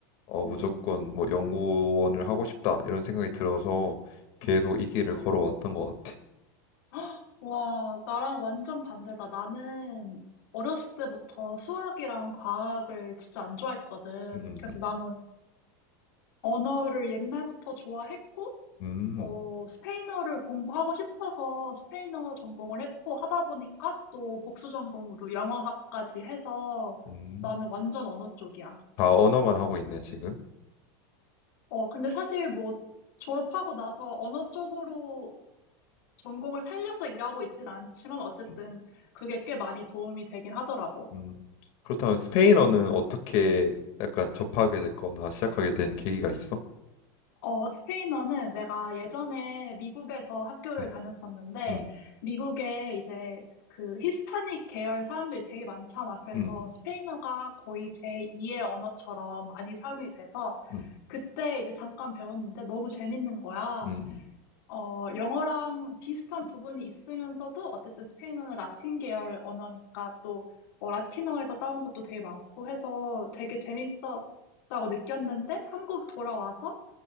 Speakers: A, on the left (about 50°); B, on the left (about 75°).
A: 어,
B: 오.
A: 무조건
B: <gasps>
A: 뭐 연구원을 하고 싶다 이런 생각이 들어서 계속 이 길을 걸어왔던 것 같아.
B: 헉, 와, 나랑 완전 반대다. 나는 어렸을 때부터 수학이랑 과학을 진짜 안 좋아했거든.
A: 음,
B: 그래서 나는 언어를 옛날부터 좋아했고,
A: 음,
B: 어, 스페인어를 공부하고 싶어서 스페인어 전공을 했고 하다 보니까 또 복수 전공으로 영어학까지 해서
A: 음.
B: 나는 완전 언어 쪽이야.
A: 다 언어만 하고 있네 지금.
B: 어, 근데 사실 뭐 졸업하고 나서 언어 쪽으로 전공을 살려서 일하고 있진 않지만 어쨌든
A: 음,
B: 그게 꽤 많이 도움이 되긴 하더라고.
A: 음. 그렇다면 스페인어는 어떻게 약간 접하게 됐거나 시작하게 된 계기가 있어?
B: 어, 스페인어는 내가 예전에 미국에서 학교를
A: 음,
B: 다녔었는데,
A: 음,
B: 미국에 이제 그 히스파닉 계열 사람들이 되게 많잖아. 그래서
A: 음,
B: 스페인어가 거의 제2의 언어처럼 많이 사용이 돼서,
A: 음,
B: 그때 이제 잠깐 배웠는데 너무 재밌는 거야.
A: 음,
B: 어, 영어랑 비슷한 부분이 있으면서도 어쨌든 스페인어는 라틴 계열 언어니까 또 어, 라틴어에서 따온 것도 되게 많고 해서 되게 재밌었다고 느꼈는데 한국 돌아와서